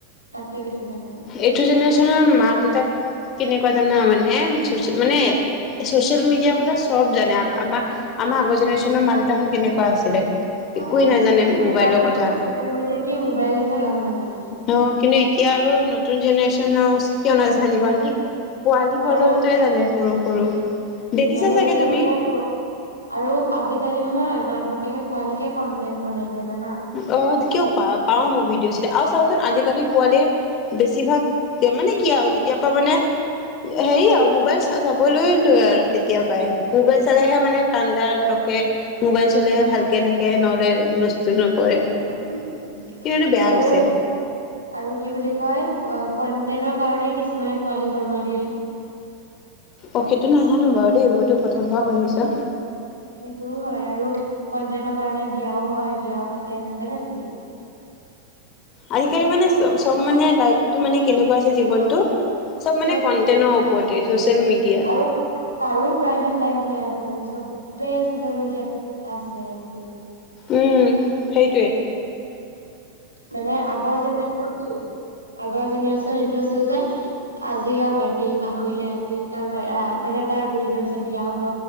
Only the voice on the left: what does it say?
এইটো জেনেৰেশ্যনৰ মাক দেউতাক। কেনেকুৱা জানা মানে মানে, চচিয়েল মিডিয়াৰ কথা চব জানে। আম আমাৰ আগৰ জেনেৰে্যনৰ মা দেউতাহত কেনেকুৱা আছিলে।
একোৱে নাজানে
মোবাইলৰ কথা
অ কিন্তু এতিয়া আৰু নতুন। নতুন জনেৰেন কিয় নাজানিব আনকি। পোৱালি পৰ্যন্তই
জানে সৰু সৰু দেখিছা
চাগে
তুমি
অ ত কিয় পাওঁ পাৰোঁ মই ভিডিঅ। গৈছিলে আৰু চাবাচোন আজি কালি পোৱালিৰ বেছিভাগ মানে কি আৰু যেতিয়া পৰা মানে। হেৰি আৰু মোবাইল চা চাবলৈ। লৈ আৰু তেতিয়া পাই মোবাইল চালেহে মানে কান্দা ৰখে। মোবাই চলালে
ভালকে থাকে। এ নহ'লে বস্তু। <unintelligible>
এইটো বেয়া
হৈছে
অ সেইটো নাজানো বাৰু দেই মইতো প্ৰথমবাৰ শুনিছো।
আজি কালি মানে চব মানে লাইফটো মানে কেনেকুৱা হৈছে জীৱনটো। মানে
কন্টেনৰ
ওপৰতে ছচিয়েল মিডিয়া
উম সেইটোৱেই